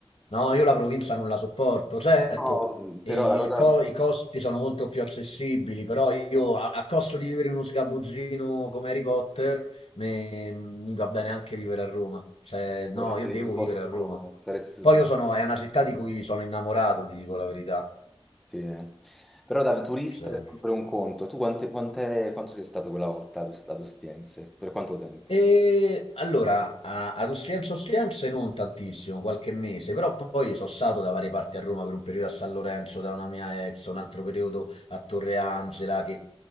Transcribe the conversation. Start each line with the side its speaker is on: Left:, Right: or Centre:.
Left: No, io la provincia non la sopporto, certo,
Centre: No, mh,
Left: e
Centre: però la
Left: il
Centre: cosa
Left: co- i costi sono molto più accessibili, però io a, a costo di vivere in uno sgabuzzino come Harry Potter, me- mi va bene anche vivere a Roma. Cioè, no,
Centre: saresti
Left: io devo
Centre: disposto,
Left: vivere a Roma.
Centre: saresti
Left: Poi
Centre: sus-
Left: io sono, è una città di cui sono innamorato, ti dico la verità.
Centre: sì, eh. Però da turista
Left: Cioè,
Centre: è sempre un conto. Tu quante, quant'è- quanto sei stato quella volta ad Ust- ad Ostiense? Per quanto tempo?
Left: E allora, a- ad Ostiense Ostiense non tantissimo, qualche mese, però poi sono stato da varie parti a Roma per un periodo a San Lorenzo da una mia ex, un altro periodo a Torre Angela che